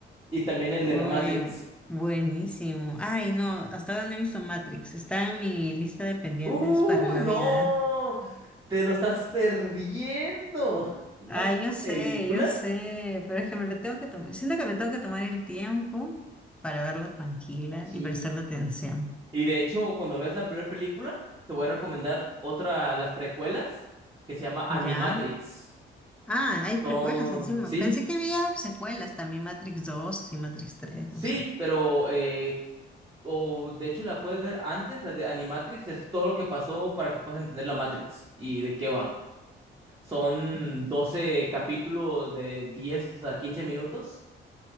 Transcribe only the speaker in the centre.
Oye,
buenísimo. Ay, no, hasta ahora no he visto Matrix. Está en mi lista de pendientes
para la
vida.
Ay, yo sé,
yo sé, pero es que me lo tengo que tomar. Siento que me tengo que tomar el tiempo para verla tranquila
y prestarle atención.
¿Ya?
Ah, hay precuelas
encima.
Pensé que había secuelas también, Matrix 2 así Matrix 3
no sé.
Mm,
Ya.